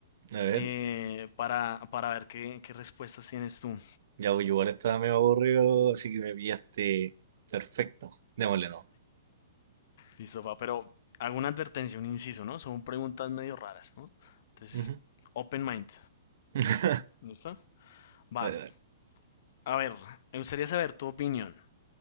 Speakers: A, on the right; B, on the left.
A: A ver,
B: eh, para, para ver qué, qué respuestas tienes tú.
A: ya voy, igual estaba medio aburrido, así que me pillaste perfecto. Démosle no.
B: Listo, pa, pero hago una advertencia, un inciso, ¿no? Son preguntas medio raras, ¿no? Entonces,
A: Ujú.
B: open mind.
A: <laughs>
B: ¿Listo? Va.
A: Dale, dale.
B: A ver, me gustaría saber tu opinión.